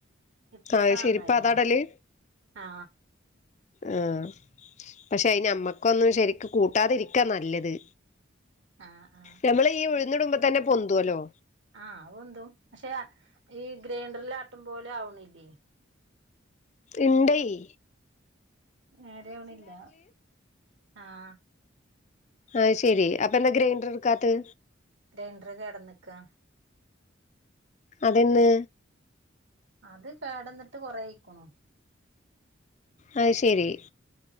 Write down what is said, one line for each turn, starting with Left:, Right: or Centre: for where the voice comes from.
Right: ഇഡ്ഡ്ലിക്കെ
Left: അത്
Right: നന്നായീന്നു
Left: ശരി ഇപ്പ അതാ ഇടല്
Right: ആ
Left: ആഹ് പക്ഷെ അയിന് നമ്മക്കൊന്നും ശരിക്ക് കൂട്ടാതിരിക്കാ നല്ലത്
Right: ആഹ് ആഹ്
Left: നമ്മൾ ഈ ഉഴുന്നിടുമ്പോ തന്നെ പൊന്തോ ല്ലോ
Right: ആഹ്, അഹ്‌ പൊന്തും. പക്ഷെ ഈ ഗ്രൈൻണ്ടറിൽ ആട്ടും പോലെ ആവണില്ലേയ്
Left: ഇണ്ടേയ്
Right: നേരാവ്ണില്ല ആഹ്
Left: ആയ് ശെരി അപ്പൊ എന്താ ഗ്രൈൻഡർ ഇട്ക്കാത്തെ
Right: ഗ്രൈൻഡർ കേടന്നക്കാ
Left: അതേന്ന്
Right: അത് കേടെന്ന്ട്ട് കൊറേയ്ക്കുണു
Left: അത് ശെരി